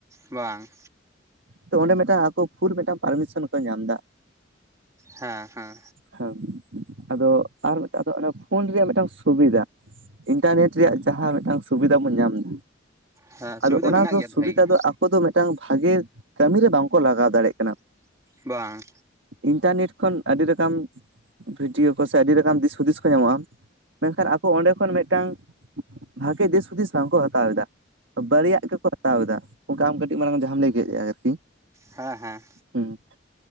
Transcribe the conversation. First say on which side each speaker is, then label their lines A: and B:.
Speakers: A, on the right; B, on the right.
A: ᱵᱟᱝ
B: ᱛᱚ ᱚᱸᱰᱮ ᱢᱤᱫᱴᱟᱝ ᱟᱠᱚ ᱯᱷᱩᱞ ᱢᱤᱫᱴᱟᱝ ᱯᱟᱨᱢᱤᱥᱚᱱ ᱠᱚ ᱧᱟᱢ ᱫᱟ
A: ᱦᱮᱸ ᱦᱮᱸ
B: ᱦᱮᱸ ᱟᱫᱚ ᱟᱨ ᱢᱤᱫᱴᱟᱝ ᱫᱚ ᱚᱱᱟ ᱯᱷᱳᱱ ᱨᱮᱭᱟᱜ ᱢᱤᱫᱴᱟᱝ ᱥᱩᱵᱤᱫᱷᱟ ᱤᱱᱴᱟᱨᱱᱮᱴ ᱨᱮᱭᱟᱜ ᱡᱟᱦᱟᱸ ᱢᱤᱫᱴᱟᱝ ᱥᱩᱵᱤᱫᱷᱟ ᱵᱚᱱ ᱧᱟᱢᱫᱟ
A: ᱦᱮᱸ ᱥᱩᱵᱤᱫᱷᱟ
B: ᱟᱫᱚ ᱚᱱᱟ
A: ᱢᱮᱱᱟᱜ
B: ᱫᱚ
A: ᱜᱮᱭᱟ
B: ᱥᱩᱵᱤᱫᱟ
A: ᱵᱷᱟᱜᱮ ᱜᱮ
B: ᱫᱚ ᱟᱠᱚ ᱫᱚ ᱢᱤᱫᱴᱟᱝ ᱵᱷᱟᱜᱮ ᱠᱟᱹᱢᱤ ᱨᱮ ᱵᱟᱝᱠᱚ ᱞᱟᱜᱟᱣ ᱫᱟᱲᱮᱭᱟᱜ ᱠᱟᱱᱟ
A: ᱵᱟᱝ
B: ᱤᱱᱴᱟᱨᱱᱮᱴ ᱠᱷᱚᱱ ᱟᱹᱰᱤ ᱨᱚᱠᱚᱢ ᱵᱷᱤᱰᱭᱳ ᱠᱚ ᱥᱮ ᱟᱹᱰᱤ ᱨᱚᱠᱚᱢ ᱫᱤᱥ ᱦᱩᱫᱤᱥ ᱠᱚ ᱧᱟᱢᱚᱜᱼᱟ ᱢᱮᱱᱠᱷᱟᱱ ᱟᱠᱚ ᱚᱸᱰᱮ ᱠᱷᱚᱱ ᱢᱤᱫᱴᱟᱝ ᱵᱷᱟᱜᱮ ᱫᱤᱥ ᱦᱩᱫᱤᱥ ᱵᱟᱝᱠᱚ ᱦᱟᱛᱟᱣ ᱮᱫᱟ ᱵᱟᱨᱭᱟ ᱜᱮᱠᱚ ᱦᱟᱛᱟᱣ ᱮᱫᱟ ᱚᱱᱠᱟ ᱟᱢ ᱠᱟᱹᱴᱤᱡ ᱢᱟᱲᱟᱝ ᱡᱟᱦᱟᱸᱢ ᱞᱟᱹᱭ ᱠᱮᱫ ᱟᱨᱠᱤ
A: ᱦᱮᱸ ᱦᱮᱸ
B: ᱦᱸ